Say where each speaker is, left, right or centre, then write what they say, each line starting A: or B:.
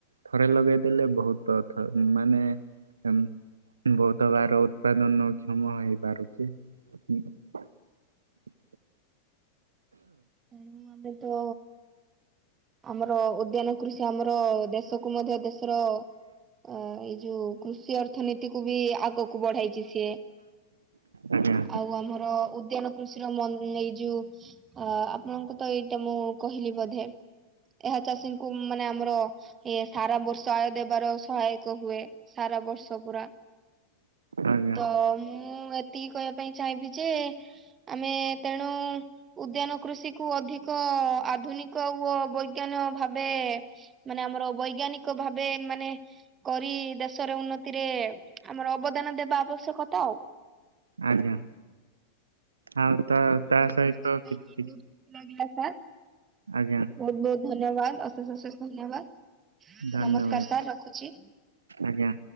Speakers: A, on the right; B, on the right.
A: ଥରେ ଲଗେଇ ଦେଲେ ବହୁତ ମାନେ ଊମ୍ ବହୁତ ବାର ଉତ୍ପାଦନ କ୍ଷମ ହେଇପାରୁଚି। <inaudible>
B: ଏବେ ମାନେ ତ ଆମର ଉଦ୍ୟାନ କୃଷି ସେ ଆମର ଦେଶକୁ ମଧ୍ୟ ଦେଶର ଅ ଏଇ ଯୋଉ କୃଷି ଅର୍ଥନୀତିକୁୁ ବି ଆଗକୁ କୁ ବଢାଇଛି ସିଏ।
A: ଆଜ୍ଞା
B: ଆଉ ଆମର ଉଦ୍ୟାନ କୃଷିର <unintelligible> ଯୋଉ ଆପଣଙ୍କୁ ତ ଏଇଟା ମୁଁ କହିଲି ବୋଧେ। ଏହା ଚାଷୀଙ୍କୁ ମାନେ ଆମର ଇଏ ସାରା ବର୍ଷ ଆୟ ଦେବାର ସହାୟକ ହୁଏ। ସାରା ବର୍ଷ ପୁରା।
A: ଆଜ୍ଞା
B: ତ ମୁଁ ଏତିକି କହିବା ପାଇଁ ଚାହିଁବି ଯେ ଆମେ ତେଣୁ ଉଦ୍ୟାନ କୃଷିକୁ ଅଧିକ ଆଧୁନିକ ବୈଜ୍ଞାନ ଭାବେ, ମାନେ ଆମର ବୈଜ୍ଞାନିକ ଭାବେ ମାନେ କରି ଦେଶରେ ଉନ୍ନତିରେ ଆମର ଅବଦାନ ଦେବା ଆବଶ୍ୟକତା। ଆଉ।
A: ଆଜ୍ଞା। ଆଉ ତା
B: ତମ
A: ତା
B: ସହିତ କଥା
A: କିଛି
B: ହେଇକି ବହୁତ ଖୁସି ଲାଗିଲା, ସାର୍।
A: ଆଜ୍ଞା
B: ବହୁତ ବହୁତ ଧନ୍ୟବାଦ୍। ଅଶେଷ ଅଶେଷ ଧନ୍ୟବାଦ୍।
A: ଧନ୍ୟବାଦ
B: ନମସ୍କାର ସାର୍। ରଖୁଚି।
A: ଆଜ୍ଞା।